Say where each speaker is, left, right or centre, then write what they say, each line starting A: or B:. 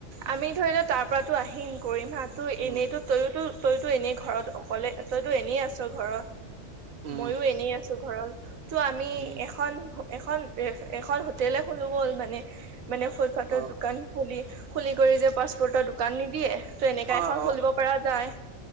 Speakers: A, on the right; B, on the right.
A: আমি ধৰি লও তাৰ পৰাটো আহিম গৰিমাহটো
B: উম,
A: এনেইতো তইয়োতো তইতো এনেই ঘৰত অকলে তইতো এনেই আছ ঘৰত
B: উম,
A: ময়ও এনেই আছো ঘৰত ত' আমি
B: উম,
A: এখন এখন-এখন হোটলে খুলো গ'ল মানে-মানে ফুটপাতৰ
B: অ',
A: দোকান খুলি-খুলি কৰি যে ফাষ্টফুডৰ দোকান নিদিয়ে ত' এনেকা
B: অ',
A: এখন
B: অ'।
A: খুলিব পৰা যায়